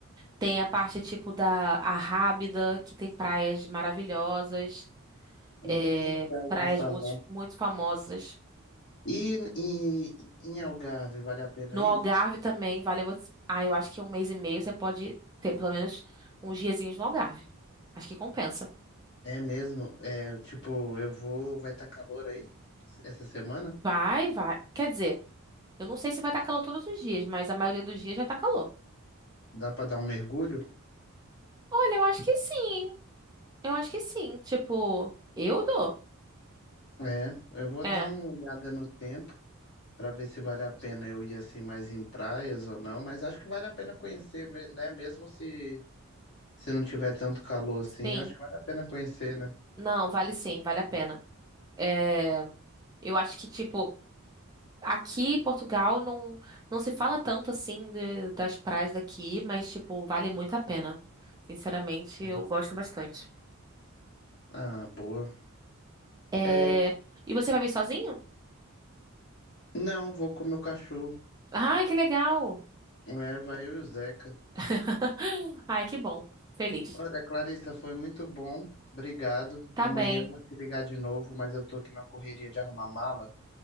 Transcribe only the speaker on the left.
Hum,
Já ouvi
falar.
E, e em Algarve, vale a pena
ir?
É mesmo, é, tipo, eu vou, vai estar calor aí essa semana?
Dá pra dar um mergulho?
É, eu vou
dar uma olhada no tempo para ver se vale a pena eu ir assim mais em praias ou não, mas acho que vale a pena conhecer, me- né? Mesmo se, se não tiver tanto calor assim,
eu acho que vale a pena conhecer, né?
É.
Ah, boa.
É,
não, vou com o meu cachorro.
É, vai eu e o Zeca.
Olha, Clarissa, foi muito bom. Obrigado.
Amanhã
eu vou te ligar de novo, mas eu tô aqui na correria de arrumar mala.